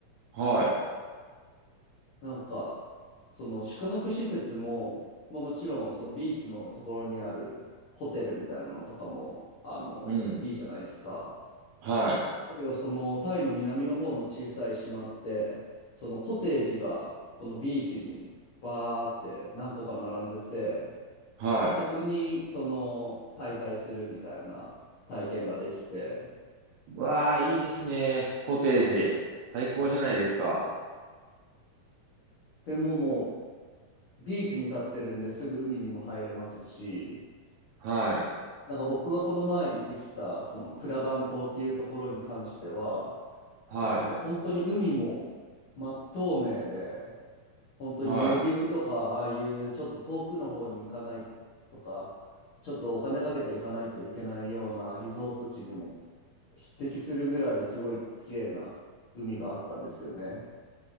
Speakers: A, on the right (about 80°); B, on the left (about 80°).
A: はい。
B: なんか、その宿泊施設も、まあ、もちろんそのビーチのところにあるホテルみたいなのとかも、あの、
A: うん。
B: いいじゃないですか。
A: はい。
B: だけど、そのタイの南の方の小さい島って、そのコテージがこのビーチにバーって何個か並んでて、
A: はい。
B: そこにその滞在するみたいな体験ができて、
A: わあ、いいですね。コテージ。
B: はい。
A: 最高じゃないですか。
B: でももうビーチに立ってるんですぐ海にも入れますし、
A: はい。
B: なんか僕がこの前行ってきたそのクラダン島っていうところに関しては、
A: はい。
B: その本当に海も真っ透明で、本当にモルディブとか、
A: はい。
B: ああいうちょっと遠くの方に行かないとか、ちょっとお金かけて行かないといけないようなリゾート地にも匹敵するぐらいすごい綺麗な海があったんですよね。